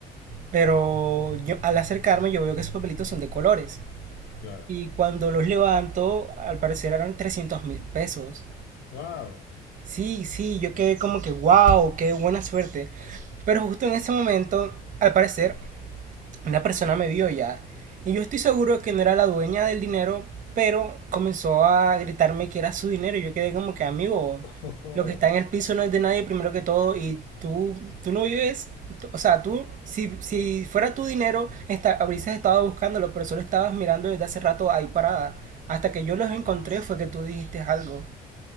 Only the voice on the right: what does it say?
Pero yo, al acercarme yo veo que esos papelitos son de colores.
Y cuando los levanto, al parecer eran trescientos mil pesos.
Sí, sí, yo quedé como que, wow, qué buena suerte. Pero justo en ese momento, al parecer, una persona me vio ya. Y yo estoy seguro que no era la dueña del dinero, pero comenzó a gritarme que era su dinero. Y yo quedé como que, amigo,
lo que está en el piso no es de nadie primero que todo. Y tú, tú no vives, o sea, tú, si, si fuera tu dinero, esta- habrías estado buscándolo, pero solo estabas mirando desde hace rato ahí parada. Hasta que yo los encontré fue que tú dijiste algo.